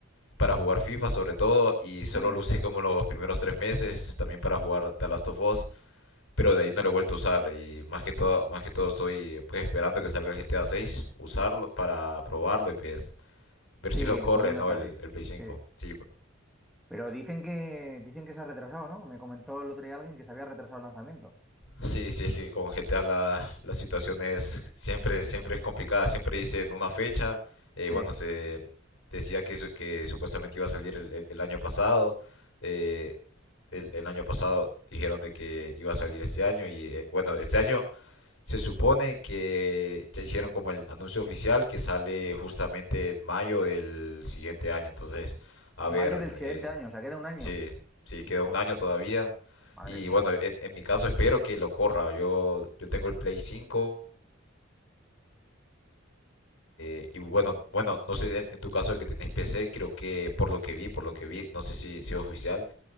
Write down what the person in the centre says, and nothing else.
Mm.
Sí,
todo el mundo
está
así.
Sí.
Pero dicen que, dicen que se ha retrasado, ¿no? Me comentó el otro día alguien que se había retrasado el lanzamiento.
Sí.
Mayo
del siguiente
año, o sea, que era un año.
Buah,
madre
mía.